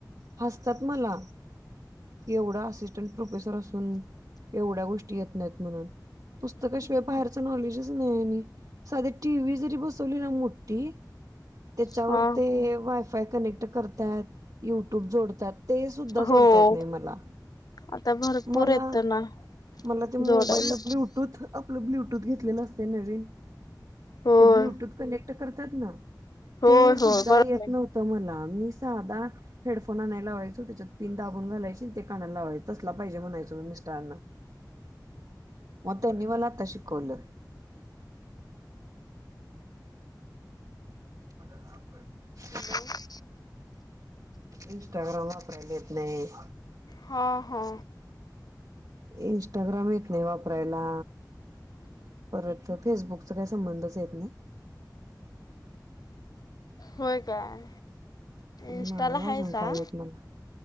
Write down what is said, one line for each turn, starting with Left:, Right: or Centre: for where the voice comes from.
Right: हसतात मला. एवढा असिस्टंट प्रोफेसर असून एवढ्या गोष्टी येत नाहीत म्हणून. पुस्तकाशिवाय बाहेर च नॉलेजच नाही आणि साधी टीव्ही जरी बसवली ना मोठी त्याच्यावर
Left: हा
Right: ते वायफाय कनेक्ट करत्यात. युट्यूब जोडतात, ते सुद्धा
Left: हो
Right: जोडता येत नाही मला.
Left: आता भरपूर
Right: मला
Left: येत ना
Right: मला ते मोबाईलला
Left: जोडायला
Right: ब्लू टूथ आपलं ब्लूटूथ घेतलेलं असतय नवीन
Left: होय
Right: ते ब्लूटूथ कनेक्ट क्ट करतात ना
Left: होय
Right: ते
Left: होय
Right: सुद्धा
Left: बरोबर
Right: येत नव्हत मला मी साधा हेडफोन आणायला लावायचो त्याच्यात पिन दाबून घालायची अन ते कानाला लावायचं तसला पाहिजे म्हणायचो मी मिस्टरांना. म त्यांनी मला आत्ता शिकवल. म्ह हा
Left: हॅलो!
Right: इंस्टाग्राम वापरायला येत नाही.
Left: हा हा
Right: इंस्टाग्राम येत नाही वापरायला, परत फेसबुक चा काय संबंधच येत नाही.
Left: होय काय?
Right: नाही
Left: इंस्टाला हायसा
Right: अजून काय येत मला.